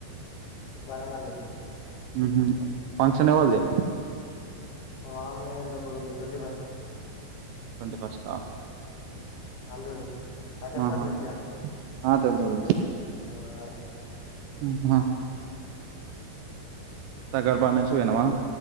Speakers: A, on the left (about 50°); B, on the right (about 80°).
A: వరంగాల్ ఇద
B: ఊహు ఫంక్షన్ ఏవలది
A: మా బాబాయ్ వాల్ల కొడుకు ది ట్వంటీ ఫస్ట్
B: ట్వంటీ ఫస్టా
A: అల్లుడు తగల్బడి
B: ఆహా
A: తెలుసుగా
B: ఆ తెల్సు తెల్సు
A: ఆ ఆడ
B: హ్మ్ హా తక్కాలబా నుంచి పోయినవా